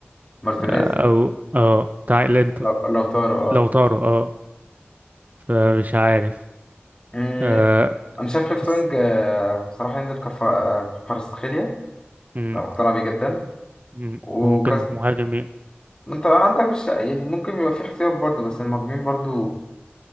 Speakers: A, on the left (about 20°); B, on the right (about 40°).
A: مارتينيز
B: آه، او اه بتاع الانتر
A: لو لو طارق اه
B: لو طاروا اه فمش عارف
A: مم،
B: آه
A: انا شايف ليفت
B: بس
A: وينج آه، بصراحه ينزل كف كفارستخيليا
B: مم،
A: لو مقتنع بيه جدا
B: مم،
A: وكاس
B: وممكن مهاجم مين
A: انت عندك مش يعني ممكن يبقى في احتياط برضه بس المهاجمين برضه